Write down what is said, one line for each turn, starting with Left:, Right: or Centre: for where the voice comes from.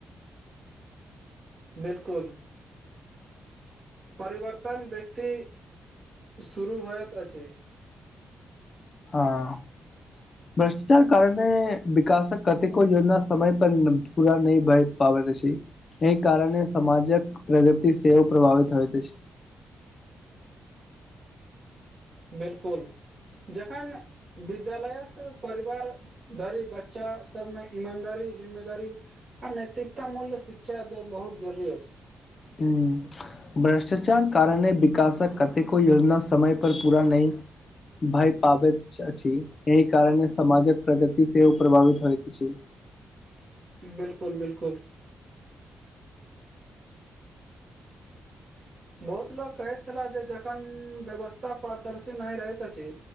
Right: बिलकुल परिवर्तन व्यक्ति शुरू होइत अछि
Left: आं भ्रष्टाचार कारनेे विकासक कतेको योजना समय पर पूरा नहि भए पाबति अछी एहि कारणे सामजक प्रगति सेहो प्रभावित होइत अछि
Right: बिलकुल जखन विद्यालयस परिवार धरि बच्चा सब मे ईमानदारी जिम्मेदारी आ नैतिकता मूल्य शिक्षा के बहुत जरुरी अछी
Left: हू भ्रष्टाचार कारणे विकासक कतेको योजना समय पर पूरा नहि भय पाबैत अछि एहि कारणे समाजक प्रगति सेहो प्रभावित होइत अछि
Right: बिलकुल बिलकुल बहुत लोक कहैत छला जे जखन व्यवस्था पारदर्शी नहि रहैत अछि